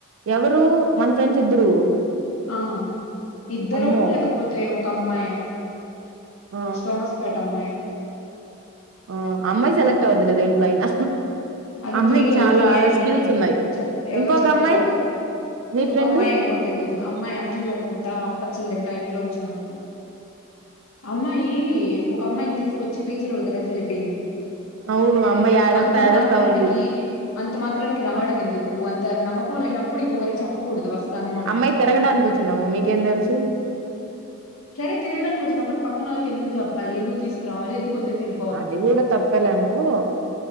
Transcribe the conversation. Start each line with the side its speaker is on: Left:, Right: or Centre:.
Right: ఎవరు మన్ ఫ్రెండ్స్ ఇద్దరు
Left: ఆ ఇద్దరు
Right: అమ్మో
Left: లేకపోతే ఒక అమ్మాయి ఏమో
Right: ఆ
Left: స్టోనస్ పేట అమ్మాయి
Right: ఆ అమ్మాయి సెలక్ట్ అవ్వద్దులే దేంట్లో అయినా
Left: అది
Right: ఆ అమ్మాయికి
Left: త్రీ ఎల్.
Right: చాలా
Left: పి. ఎ అని
Right: స్కిల్స్ ఉన్నాయి
Left: చెప్ ఎవరో
Right: ఇంకొక
Left: చెప్పారొకరు
Right: అమ్మాయి మీ
Left: ఇంకొక
Right: ఫ్రెండ్
Left: అమ్మాయి ఏమో తెలీదు అమ్మాయి అంటలు దోముకుంటా అప్పచ్చలు తింటా ఇంట్లో కూర్చోంటది అమ్మాయి ఇంకొక అమ్మాయిని తీసుకొచ్చి పీజీలో వదిలేసి వెళ్ళిపోయింది
Right: అవును ఆ అమ్మాయి ఆరేస్తా
Left: అంత
Right: ఆరేస్తా
Left: మాత్రానికి
Right: ఉంది
Left: అంత మాత్రానికి రావడం ఎందుకు అంత నమ్మకం లేనప్పుడు ఇంకొకరికి చెప్పకూడదు వస్తాను అని
Right: అమ్మాయి తిరగడానికి వచ్చినాము మీకేం తెలుసు
Left: సరే తిరడానికి వచ్చినప్పుడు పక్కన వాళ్ళ ఎకుప్పాలి ఎందుకు తీసుకురావాలి ఎందుకు వదిలేసి వే
Right: అది కూడా తప్పాలేనుకో